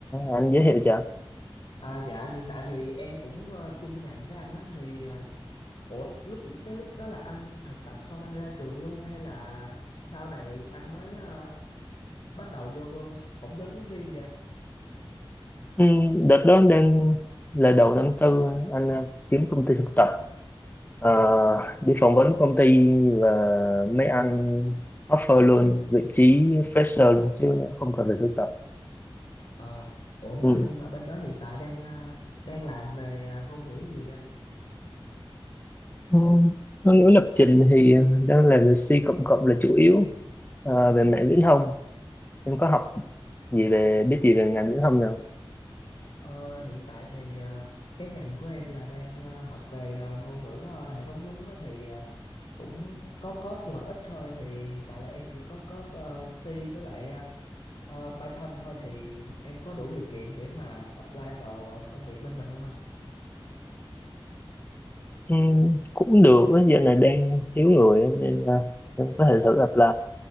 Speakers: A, on the left; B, on the left.
A: anh giới thiệu cho.
B: à dạ hiện tại thì em cũng ờ, chung ngành với anh á thì ờ, Ủa, lúc cái lúc đó là anh thực tập xong anh ra trường luôn hay là sau này anh mới ờ, bắt đầu vô cô- phỏng vấn riêng vậy? anh?
A: Ừ, đợt đó đang là đầu năm tư anh ờ, kiếm công ty thực tập
B: Ờ.
A: Ờ, đi phỏng vấn công ty và mấy anh offer luôn vị trí fresher luôn chứ không cần phải thực tập
B: Ờ, ủa mà
A: ừ.
B: nhưng mà bên đó hiện tại đang ờ, đang làm về ờ, ngôn ngữ gì vậy anh?
A: Ừ, Có nghĩa lập trình thì đang làm về C cộng cộng là chủ yếu Ờ, về mạng viễn thông em có học gì về biết gì về ngành viễn thông nào
B: Ờ, hiện tại thì ờ, cái ngành của em là đang ờ, học về ờ, ngôn ngữ ờ, hệ thống nhúng á, thì ờ, cũng có code nhưng mà ít thôi thì hiện tại là em chỉ có code ờ, C với lại ờ, ờ, Python thôi thì em có đủ điều kiện để mà apply vào ờ, công việc bên mình không anh?
A: ừ, cũng được á, giờ này đang thiếu người á, nên ờ, em có thể thử apply